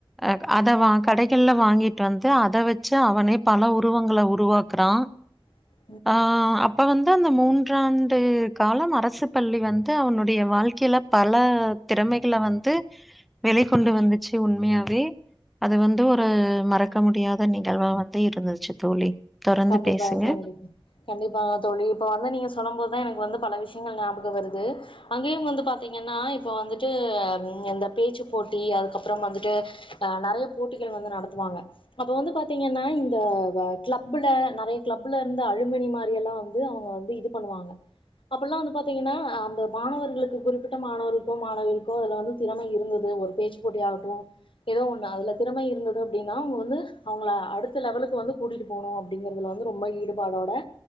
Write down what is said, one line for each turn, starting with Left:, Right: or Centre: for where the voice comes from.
Centre: அ அத வா கடைகள்ல வாங்கிட்டு வந்து அத வச்சு அவனே பல உருவங்கள உருவாக்குறா
Left: <inaudible>
Centre: ஆ அப் அப்ப வந்து அந்த மூன்றாண்டு காலம் அரசு பள்ளி வந்து அவனுடைய வாழ்க்கைல பல திறமகளை வந்து வெளி கொண்டு வந்துச்சு உண்மையாவே அது வந்து ஒரு மறக்க முடியாத நிகழ்வா வந்து இருந்துச்சு தோழி தொடர்ந்து
Left: சாப்டிங்ளா
Centre: பேசுங்க.
Left: கண்டிப்பா கண்டிப்பா தோழி இப்ப வந்து நீங்க சொல்லும் போதுதா எனக்கு வந்து பல விஷயங்கள் ஞாபகம் வருது அங்கேயும் வந்து பாத்தீங்கன்னா இப்ப வந்துட்டு இந்த பேச்சு போட்டி அதுக்கப்புற வந்துட்டு அ நெறய போட்டிகள் வந்து நடத்துவாங்க அப்ப வந்து பாத்தீங்கன்னா இந்த வ கிளப் கிளப்ல நெறய கிளப்ல இருந்த அழுமணி மாரி எல்லா வந்து அவுங்க வந்து இது பண்ணுவாங்க அப்பல்லாம் வந்து பாத்தீங்கன்னா அந்த மாணவர்களுக்கு குறிப்பிட்ட மாணவர்களுக்கோ மாணவளுக்கோ அதுல வந்து திறமை இருந்தது ஒரு பேச்சு போட்டி ஆகட்டும் ஏதோ ஒண்ணு அதுல திறமை இருந்தது அப்டின்னா அவங்க வந்து அவங்கள அடுத்த லெவலுக்கு வந்து கூட்டிட்டு போணும் அப்டிங்கறதுல வந்து ரொம்ப ஈடுபாடோட